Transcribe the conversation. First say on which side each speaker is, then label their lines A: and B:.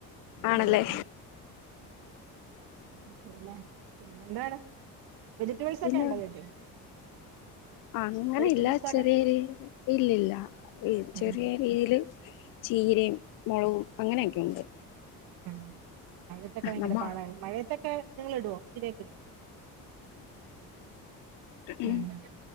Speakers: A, on the left; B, on the right.
A: ആണല്ലേ.
B: ആഹ് പിന്നെ പിന്നെ എന്താണ് വെജിറ്റബിൾസ്
A: പിന്നെ
B: ഒക്കെ ഉണ്ടോ വീട്ടിൽ
A: അങ്ങനെ
B: വെജിറ്റബിൾസ്
A: ഇല്ല
B: ഗാർഡൻ
A: ചെറിയ രീ ഇല്ലല്ല ചെറിയ
B: ഉം
A: രീതിൽ ചീരയും, മുളകും, അങ്ങനെയൊക്കെ ഉണ്ട്.
B: ആഹ മഴയത്തൊക്കെ ഭയങ്കര
A: നമ്മ
B: പാടായി മഴയത്തൊക്കെ നിങ്ങളിടുവോ ശിരിയൊക്കെ ഇടുവോ?
A: ഉ
B: ഉം